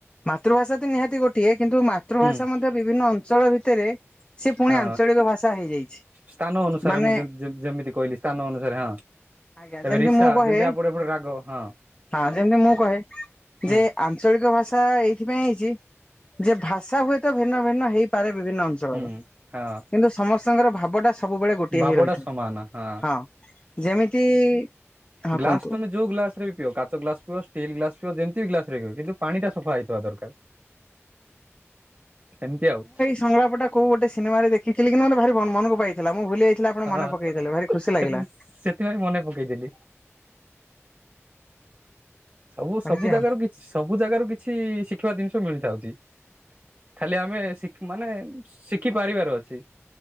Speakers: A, on the left (about 20°); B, on the right (about 30°).
A: ମାତୃଭାଷା ତ ନିହାତି ଗୋଟିଏ କିନ୍ତୁ ମାତୃଭାଷା
B: ହୁଁ
A: ମଧ୍ୟ ବିଭିନ୍ନ ଅଞ୍ଚଳ ଭିତରେ ସେ ପୁଣି
B: ହଁ
A: ଆଞ୍ଚଳିକ ଭାଷା ହେଇଯାଇଛି
B: ସ୍ଥାନ ଅନୁସାରେ
A: ମାନେ
B: ମୁଁ ଯେ ଯେମିତି କହିଲି ସ୍ଥାନ ଅନୁସାରେ ହଁ।
A: ଆଜ୍ଞା
B: ଏବେ
A: ଯେମିତି
B: ରିସା
A: ମୁଁ କହେ
B: ଯେମିତି ଆପଟେ ଏପଟେ ରାଗ ହଁ
A: ହଁ ଯେମିତି ମୁଁ କହେ
B: ହୁଁ
A: ଯେ ଆଞ୍ଚଳିକ ଭାଷା ଏଇଥିପାଇଁ ହେଇଛି ଯେ ଭାଷା ହୁଏତ ଭିନ୍ନ ଭିନ୍ନ ହେଇପାରେ ବିଭିନ୍ନ ଅଞ୍ଚଳର
B: ହୁଁ ହଁ
A: କିନ୍ତୁ ସମସ୍ତଙ୍କର ଭାବଟା ସବୁବେଳେ ଗୋଟିଏ
B: ଭାବଟା
A: ହେଇ ରହିଥାଏ।
B: ସମାନ ହଁ
A: ହଁ ଯେମିତି ହଁ
B: ଗ୍ଲାସ
A: କୁହନ୍ତୁ?
B: ତମେ ଯୋଉ ଗ୍ଲାସରେ ବି ପିଅ କାଚ ଗ୍ଲାସ ପିଅ ଷ୍ଟିଲ୍ ଗ୍ଲାସ ପିଅ ଯେମତି ବି ଗ୍ଲାସରେ ପିଅ କିନ୍ତୁ ପାଣି ଟା ସଫା ହେଇଥିବା ଦରକାର। ଏମିତି ଆଉ।
A: ସଂଗଳାପଟା କୋଉ ଗୋଟେ ସିନେମାରେ ଦେଖିଥିଲି କିନ୍ତୁ ମତେ ଭାରି ମନକୁ ପାଇ ଥିଲା ମୁଁ ଭୁଲି ଯାଇଥିଲି ଆପଣ ମନ
B: ହଁ
A: ପକେଇଦେଲେ ଭାରି ଖୁସି
B: ସେଥି
A: ଲାଗିଲା।
B: ସେଥିପାଇଁ ମନେ ପକେଇଦେଲି। ସବୁ ସବୁ
A: ଏମିତି
B: ଜାଗାରୁ
A: ଆଉ।
B: କିଛ୍ ସବୁ ଜାଗାରୁ କିଛି ଶିଖିବା ଜିନିଷ ମିଳି ଥାଉଛି। ଖାଲି ଆମେ ମାନେ ଶିଖି ପାରିବାର ଅଛି।